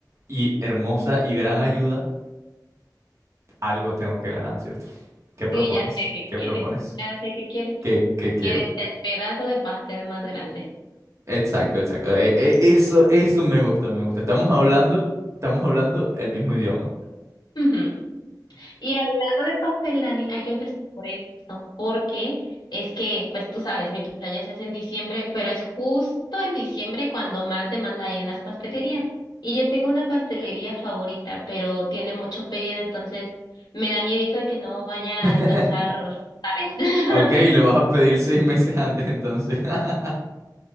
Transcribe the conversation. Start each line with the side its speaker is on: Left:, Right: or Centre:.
Right: y hermosa y gran ayuda, algo tengo que ganar, ¿cierto? ¿Qué propones?
Left: Sí, ya sé qué
Right: ¿Qué
Left: quiere.
Right: propones?
Left: Ya sé qué quiere.
Right: ¿Qué, qué quiero?
Left: Quieres el pedazo de pastel más grande.
Right: Exacto, exacto. E- e- eso, eso me gusta, me gusta. Estamos hablando, estamos hablando el mismo idioma.
Left: Ujú. Y hablando de pastel, Dani, hay que empezar por eso, porque es que, pues tú sabes, mi cumpleaños es en diciembre, pero es justo en diciembre cuando más demanda hay en las pastelerías. Y yo tengo una pastelería favorita, pero tiene mucho pedido, entonces me da miedito de que no vaya
Right: <laughs>
Left: a alcanzar, ¿sabes? <laughs>
Right: Ok, lo vas a pedir seis meses antes entonces. <laughs>